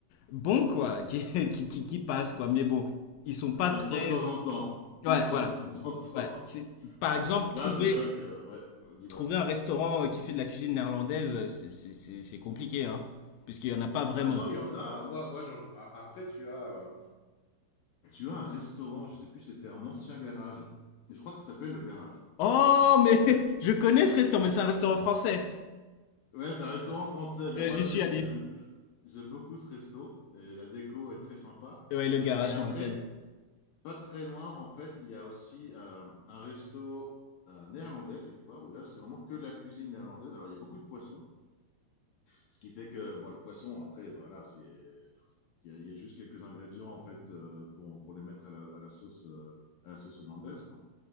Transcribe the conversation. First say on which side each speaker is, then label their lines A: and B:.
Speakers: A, on the left (about 80°); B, on the left (about 70°).
A: bon quoi, qui, <laughs> qui, qui, qui passent, quoi. Mais bon, ils sont pas
B: une
A: très...
B: fois de temps en temps.
A: Ouais,
B: Une fois
A: voilà.
B: de temps en temps.
A: Ouais. C'est- Par exemple,
B: là
A: trouver,
B: c'est vrai que, ouais, dis-moi.
A: trouver un restaurant euh, qui fait de la cuisine néerlandaise, euh, c'est c'est- c'est- c'est compliqué, hein, puisqu'il y en a pas vraiment.
B: Ah non, il y en a. Moi, moi j'en- a- après, tu as, euh, tu as un restaurant, je sais plus, si c'était un ancien garage. Et je crois que ça s'appelle le garage.
A: Oh, mais
B: Da-
A: <laughs> je connais ce restaurant, mais c'est un restaurant français.
B: Ouais, c'est un restaurant français, mais
A: Euh,
B: moi
A: J'y
B: j'aime
A: suis allé.
B: j'aime- j'aime beaucoup ce resto et la déco est très sympa.
A: Ouais, le garage,
B: Et après,
A: je m'en rappelle.
B: pas très loin, en fait, il y a aussi euh, un resto euh, néerlandais cette fois, où là c'est vraiment que de la cuisine néerlandaise. Alors il y a beaucoup de poissons, ce qui fait que bon, le poisson, après, voilà, c'est il y, a il y a juste quelques ingrédients en fait euh, pour, pour les mettre à la, à la sauce euh, à la sauce hollandaise, quoi